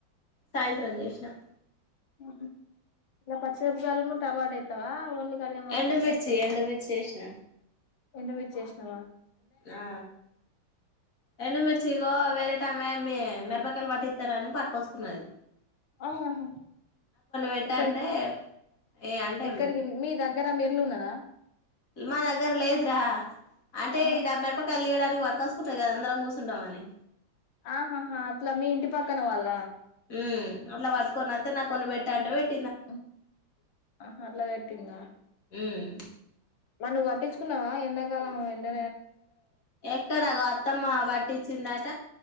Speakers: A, on the left (about 45°); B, on the left (about 75°).
A: సాయంత్రం చేసి జ
B: ముహు ఇంకా పచ్చిమేరపకాయలును టమాట ఎత్తవా ఓన్లీ కళ్యామకు
A: ఎండుమిర్చి
B: పచ్చమీరపకాయలు ఏ నా
A: ఎండుమిర్చి చేసిన
B: ఎండు మిర్చి ఎసినవ
A: ఆ ఎండుమిర్చి ఇగో వేరే టీ మీ మెరపకాయలు పట్టి ఇస్తార అని పట్టుకొ ఉన్నది
B: ఆహాహా
A: పెట్టు
B: ఇక్కడికి
A: అంటే ఏ అంటే
B: ఎక్కడికి మీ దగ్గర మీరు ఇల్లు ఉన్నదా
A: మా దగ్గర లేదురా అంటే
B: ఆ
A: ఈడ మెరపకాయలు తీయడ పడకాసుకుంటాయి కద అందరం కూసుంటాం అని
B: ఆహాహా అట్ల మీ ఇంటి పక్కన వాళ్ళ
A: హు అట్ల పత్తుకొని వత్తె నా కొన్ని పెట్టంటే పెట్
B: మ్ ఆహా అట్ల పెట్టిందా
A: ఉమ్
B: మరి నువ్వు పట్టించుకున్నావా ఎండాకాలం ఎండా
A: ఎక్కడ అగొ అత్తమ్మ బట్టిచిందట